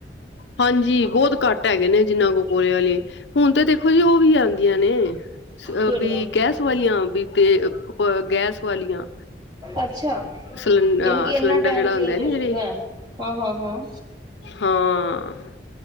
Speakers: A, on the left; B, on the right.
A: ਹਾਂਜੀ ਬਹੁਤ ਘੱਟ ਹੈਗੇ ਨੇ ਜਿੰਨਾ ਕੋ ਕੋਲੇ ਵਾਲੀ। ਹੁਣ ਤੇ ਦੇਖੋ ਜੀ ਉਹ ਵੀ ਆਉਂਦੀਆਂ ਨੇ
B: ਕਿਹੜੀਆਂ
A: ਵੀ ਗੈਸ ਵਾਲੀਆਂ ਵੀ, ਤੇ ਗੈਸ ਵਾਲੀਆਂ।
B: ਅੱਛਾ
A: ਸਿਲੰ
B: ਯਾਨੀ ਕਿ ਇੰਨਾ
A: ਸਿਲੰਡਰ
B: ਟਾਈਮ
A: ਜਿਹੜਾ
B: ਚੇਂਜ
A: ਹੁੰਦਾ ਨਾ
B: ਹੋ ਚੁੱਕਾ
A: ਜਿਹੜੀ
B: ਹੈ। ਹਾਂ, ਹਾਂ ਹਾਂ।
A: ਹਾਂ।